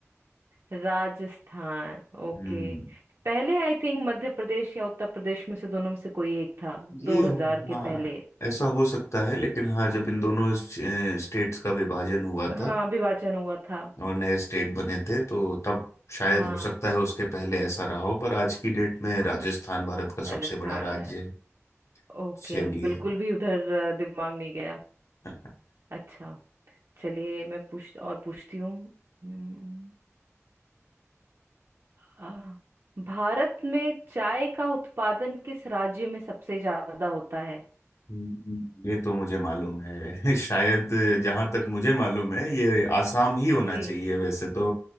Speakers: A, on the right; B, on the left.
A: राजस्थान ओके
B: हम्म
A: पहले आई थिंक मध्य प्रदेश या उत्तर प्रदेश में से दोनों में से कोई एक था
B: ये
A: 2000
B: हो
A: के
B: हाँ
A: पहले
B: ऐसा हो सकता है लेकिन हाँ जब इन दोनों स्ट- स्टेट्स का विभाजन हुआ था
A: हाँ विभाजन हुआ था
B: और नए स्टेट बने थे तो तब शायद
A: हाँ
B: हो सकता है उसके पहले ऐसा रहा हो पर आज की डेट में
A: हाँ
B: राजस्थान भारत का सबसे
A: राजस्थान
B: बड़ा राज्य
A: है
B: है
A: ओके
B: चलिए
A: बिल्कुल भी उधर अ, दिमाग नहीं गया
B: <laughs>
A: अच्छा चलिए मैं पूछ और पूछती हूँ हम्म, आ, भारत में चाय का उत्पादन किस राज्य में सबसे ज्यादा होता है
B: हम्म, ये तो मुझे मालूम है <laughs> शायद जहां तक मुझे मालूम है ये आसाम ही होना
A: जी
B: चाहिए वैसे तो